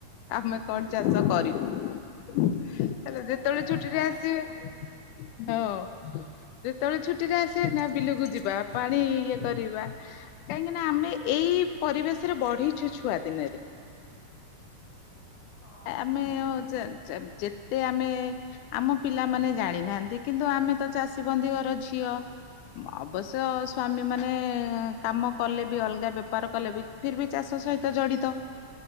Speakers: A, on the left; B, on the right.
A: ଆମେ କଣ ଚାଷ
B: ହଁ
A: କରିବୁ। ହେଲେ
B: କିନ୍ତୁ
A: ଯେତେବେଳେ
B: ସେମାନେ
A: ଛୁଟିରେ
B: ଜାଣିଛନ୍ତି
A: ଆସିବେ ହ। ଯେତେବେଳେ
B: ହଁ
A: ଛୁଟିରେ ଆସିବେ ନା ବିଲକୁ ଯିବା ପାଣି ଇଏ କରିବା। କାହିଁକିନା ଆମେ ଏଇ ପରିବେଶରେ ବଢିଛୁ ଛୁଆ ଦିନରେ।
B: ହଁ
A: ଆମେ ଅ ଜ ଯେତେ ଆମେ ଆମ ପିଲାମାନେ ଜାଣିନାହାନ୍ତି କିନ୍ତୁ ଆମେ ତ ଚାଷୀ ବନ୍ଧି ଘର ଝିଅ। ଅବଶ୍ୟ ସ୍ଵାମୀ ମାନେ କାମ କଲେ ବି ଅଲଗା ବେପାର କଲେ ବି ଫିର୍ ବି ଚାଷ ସହିତ ଜଡିତ।